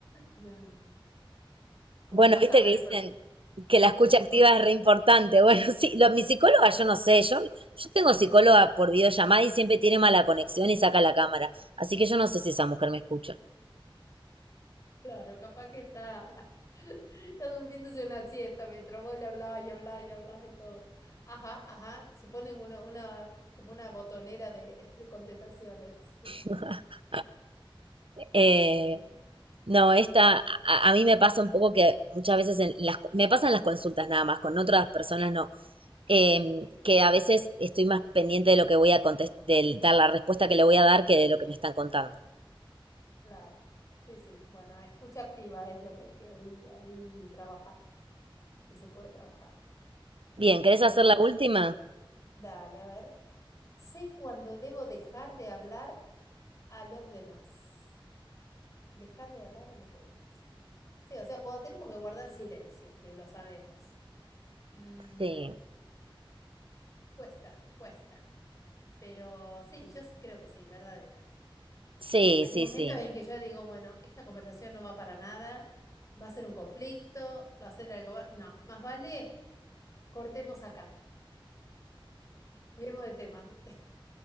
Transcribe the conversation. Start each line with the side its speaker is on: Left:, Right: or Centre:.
Left: no, no. Como
Right: Bueno,
Left: pasa,
Right: viste
Left: bueno,
Right: que dicen
Left: con,
Right: que la escucha
Left: con los psicólogos.
Right: activa es re importante. Bueno, <laughs> sí, lo- mi psicóloga, yo no sé, yo, yo tengo psicóloga por videollamada y siempre tiene mala conexión y saca la cámara. Así que yo no sé si esa mujer me escucha.
Left: Claro, capaz que está, <laughs> está durmiéndose una siesta mientras vos le hablabas y hablabas y hablabas y todo. Ajá, ajá, se pone una, una, como una botonera de, de contestaciones. <laughs>
Right: <laughs> Eh,
Left: Sí,
Right: no, esta, a, a mí me pasa un poco que muchas veces en las, me pasan las consultas nada más, con otras personas no. eh, que a veces estoy más pendiente de lo que voy a contestar, de dar la respuesta que le voy a dar que de lo que me están contando.
Left: claro. Sí, sí. Bueno, escucha activa es lo que hay que ahí, ahí trabajar, que se puede trabajar.
Right: Bien, ¿querés hacer
Left: Bien,
Right: la última?
Left: dale, a ver. Sé cuando debo dejar de hablar a los demás. Dejar de hablar a los demás. Sí, o sea, cuando tenemos que guardar silencio, que lo sabemos. Mm,
Right: Sí,
Left: cuesta, cuesta. Pero sí, yo s- creo que sí, verdadera.
Right: sí,
Left: Hay
Right: sí,
Left: momentos
Right: sí.
Left: en que yo digo, bueno, esta conversación no va para nada, va a ser un conflicto, va a ser algo... va- No, más vale cortemos acá, cambiemos de tema, <laughs>